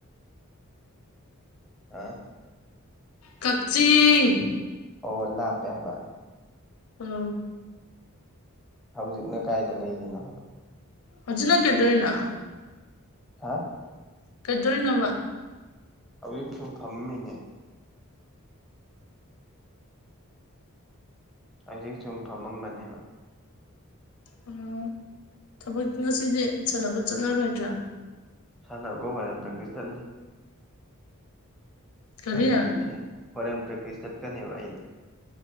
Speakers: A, in the centre; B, on the left (about 80°).
A: ꯍꯥ
B: ꯀꯛꯆꯤꯡ
A: ꯑꯣ ꯂꯥꯞꯄꯦ ꯍꯥꯏꯕ
B: ꯎꯨꯝ
A: ꯍꯧꯖꯤꯛꯅ ꯀꯥꯏꯗ ꯂꯩꯔꯤꯅꯣ ꯍꯥꯏꯕ
B: ꯍꯧꯖꯤꯛ ꯅꯪ ꯀꯩꯗꯣꯏꯅ
A: ꯍꯥ
B: ꯀꯩꯗꯧꯏꯅꯣꯕ
A: ꯍꯧꯖꯤꯛ ꯁꯨꯝ ꯐꯝꯃꯤꯅꯦ ꯍꯧꯖꯤꯛ ꯁꯨꯝ ꯐꯝꯃꯝꯕꯅꯦꯕ
B: ꯑꯣ ꯊꯕꯛꯇ ꯉꯁꯤꯗꯤ ꯁꯥꯟꯅꯕ ꯆꯠꯂꯔꯣꯏꯗ꯭ꯔꯥ
A: ꯁꯥꯟꯅꯕ <unintelligible> ꯗꯒꯤ ꯆꯠꯅꯤ
B: ꯀꯔꯤ
A: ꯉꯁꯤꯗꯤ ꯊꯦꯡꯉꯦ ꯍꯣꯔꯦꯟ ꯄ꯭ꯔꯦꯛꯇꯤꯁ ꯆꯠꯀꯅꯦꯕ ꯑꯩꯗꯤ